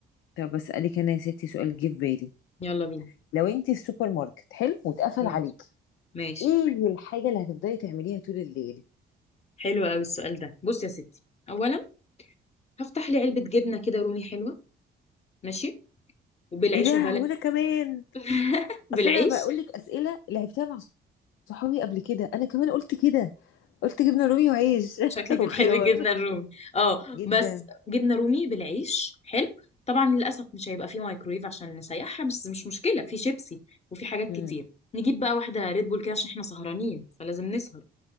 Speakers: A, on the left; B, on the left.
A: طب اسالك انا يا ستي سؤال جه في بالي
B: يلا بينا
A: لو انت في السوبر ماركت حلو واتقفل
B: ماشي
A: عليكي
B: ماشي
A: ايه الحاجه اللي هتفضلي تعمليها طول الليل
B: حلو قوي السؤال ده بصي يا ستي اولا هفتح لي علبه جبنه كده رومي حلوه ماشي وبالعيش
A: ايه ده
B: البلد
A: وانا كمان
B: <laughs> بالعيش
A: اصل انا بقول لك اسئله لعبتها مع صحابي قبل كده انا كمان قلت كده قلت جبنه رومي وعيش
B: شكلك
A: <laughs>
B: بتحبي
A: وخيار
B: الجبنه الرومي اه
A: جدا
B: بس جبنه رومي بالعيش حلو طبعا للاسف مش هيبقى فيه مايكرويف عشان نسيحها بس مش مشكله في شيبسي وفي حاجات
A: هم.
B: كتير نجيب بقى واحده ريد بول كده عشان احنا سهرانين فلازم نسهر